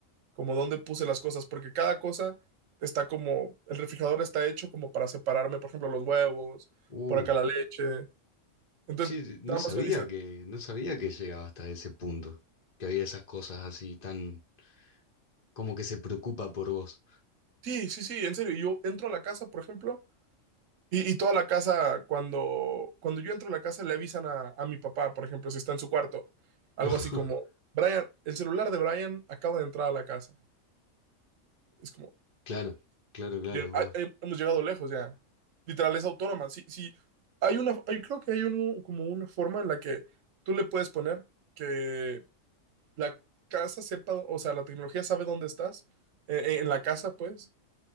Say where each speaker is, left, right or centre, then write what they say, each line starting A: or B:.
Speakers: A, on the right; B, on the left.
A: como dónde puse las cosas. Porque cada cosa está como. El refrigerador está hecho como para separarme. Por ejemplo, los huevos.
B: Uh,
A: Por acá la leche. Entonces,
B: sí, sí, no
A: nada
B: sabía
A: más me dice.
B: que, no sabía que llegaba hasta ese punto, que había esas cosas así tan, como que se preocupa por vos.
A: Sí, sí, sí, en serio. Y yo entro a la casa, por ejemplo. Y, y toda la casa, cuando, cuando yo entro a la casa, le avisan a, a mi papá, por ejemplo, si está en su cuarto. Algo
B: <laughs>
A: así como, Brian, el celular de Brian acaba de entrar a la casa. Es como,
B: Claro, claro, claro,
A: lle-
B: vos.
A: ah, eh, hemos llegado lejos ya. Literal, es autónoma. Sí, sí, hay una, hay- creo que hay uno, como una forma en la que tú le puedes poner que la casa sepa, o sea, la tecnología sabe dónde estás, eh, eh, en la casa, pues.